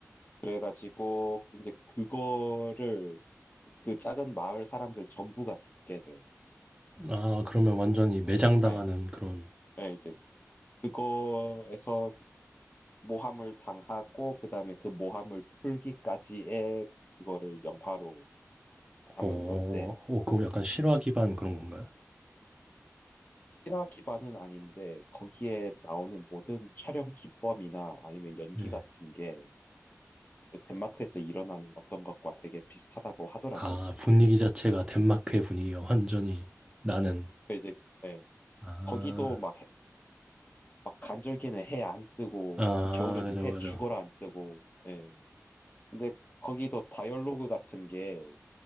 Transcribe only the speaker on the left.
그래가지고 이제 그거를 그 작은 마을 사람들 전부가 듣게 돼.
음,
네,
네, 이제 그거에서 그 모함을 당하고 그다음에 그 모함을 풀기까지의 그거를 영화로 담은
건데
네.
실화 기반은 아닌데 거기에 나오는 모든 촬영 기법이나 아니면 연기
같은 게그 덴마크에서 일어나는 어떤 것과 되게 비슷하다고 하더라고요.
근데 이제 네,
거기도 막 막 간절기는 해 안 뜨고
그 겨울에는
해
죽어라 안 뜨고 예. 근데 거기도 다이얼로그 같은 게